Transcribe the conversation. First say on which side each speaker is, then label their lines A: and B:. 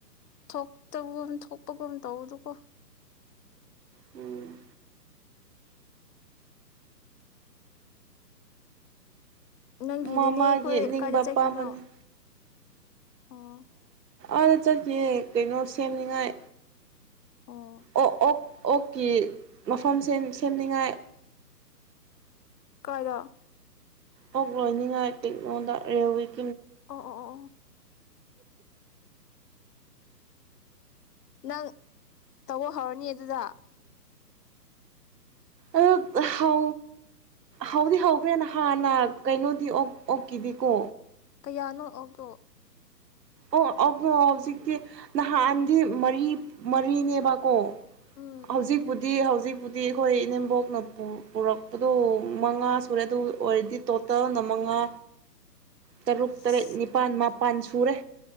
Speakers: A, on the left; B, on the right.
A: ꯊꯣꯛꯇꯕꯒꯨꯝ ꯊꯣꯛꯄꯒꯨꯝ ꯇꯧꯕꯗꯨꯀꯣ
B: ꯎꯝ
A: ꯅꯪꯒꯤꯅꯤꯅꯦ
B: ꯃꯥ ꯃꯥꯒꯤ
A: ꯑꯩꯈꯣꯏ
B: ꯅꯤꯡꯕ
A: ꯀꯥꯏꯗ ꯆꯠꯈꯤꯅꯣ
B: ꯑꯄꯥꯝꯕꯅꯤ
A: ꯑꯣ
B: ꯑꯗ ꯆꯠꯁꯤ ꯀꯩꯅꯣ ꯁꯦꯝꯅꯤꯡꯉꯥꯏ
A: ꯑꯣ
B: ꯑꯣ ꯑꯣꯛ ꯑꯣꯛꯀꯤ ꯃꯐꯝ ꯁꯦꯝꯅꯤꯡꯉꯥꯏ
A: ꯈꯔ
B: ꯑꯣ ꯂꯣꯏꯅꯤꯡꯉꯥꯏ ꯇꯦꯛꯛꯅꯣꯗ ꯔꯦꯋꯤꯛ
A: ꯑꯣ ꯑꯣ ꯅꯪ ꯇꯧꯕ ꯍꯧꯔꯅꯤ ꯑꯗꯨꯗ
B: ꯑꯣ ꯍꯧꯥꯎꯗꯤ ꯍꯧꯈ꯭ꯔꯦꯅ ꯍꯥꯟꯅ ꯀꯩꯅꯣꯗꯤ ꯑꯣꯛꯀꯤꯗꯤꯀꯣ
A: ꯀꯌꯥꯅꯣ ꯑꯗꯣ
B: ꯑꯣ ꯑꫭ ꯍꯧꯖꯤꯛꯇꯤ ꯅꯍꯥꯟꯗꯤ ꯃꯔꯤ ꯃꯔꯤꯅꯦꯕꯀꯣ
A: ꯎꯝ
B: ꯍꯧꯖꯤꯛꯄꯨꯗꯤ ꯍꯧꯖꯤꯛꯄꯨꯗꯤ ꯑꯩꯈꯣꯏ ꯏꯅꯦꯝꯕꯣꯛꯅ ꯄꯨꯔꯛꯄꯗꯣ ꯃꯉꯥ ꯁꯨꯔꯦ ꯑꯗꯨ ꯑꯣꯏꯔꯗꯤ ꯇꯣꯇꯜꯅ ꯃꯉꯥ ꯇꯔꯨꯛ
A: ꯏꯁ
B: ꯇꯔꯦꯠ ꯅꯤꯄꯥꯜ ꯃꯥꯄꯜ ꯄꯟ ꯁꯨꯔꯦ